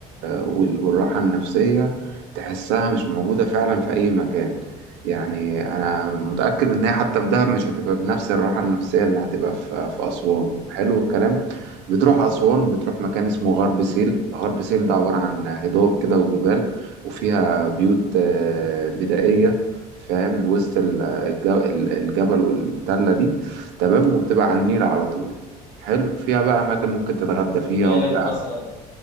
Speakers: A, on the right; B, on the left.
A: وال- والراحة النفسية تحسها مش موجودة فعلا في أي مكان يعني أنا متأكد إن هي حتى في دهب مش هتبقى بنفس الراحة النفسية اللي هتبقى في, في أسوان حلو الكلام بتروح أسوان بتروح مكان اسمه غرب سهيل غرب سهيل ده عبارة عن هضاب كده وجبال وفيها بيوت آه، بدائية فاهم وسط ال- الج- ال- الجبل والتلة دي تمام وبتبقى على النيل على طول حلو فيها بقى أماكن ممكن تتغدى فيها
B: هل هناك
A: وفيها
B: مثلا